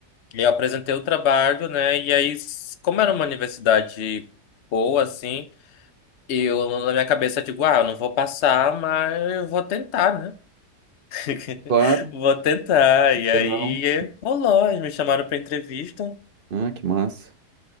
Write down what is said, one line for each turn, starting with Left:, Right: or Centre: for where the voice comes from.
Left: E eu apresentei o trabalho, né? E aí, s- como era uma universidade boa, assim, eu na minha cabeça digo, ah, eu não vou passar, mas eu vou tentar, né? <laughs>
Right: Claro.
Left: Vou tentar. E aí
Right: Eu não.
Left: eh, rolou, eles me chamaram pra entrevista.
Right: Ah, que massa.